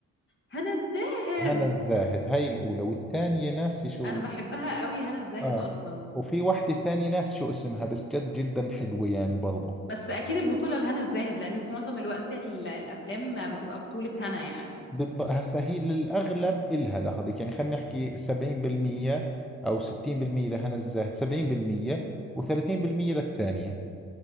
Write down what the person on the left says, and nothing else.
هنا الزاهد
أنا بحبها قوي هنا الزاهد
أصلا
بس اكيد البطوله لهنا الزاهد لان في معظم الوقت ال- الافلام بتبقى بطوله هنا يعني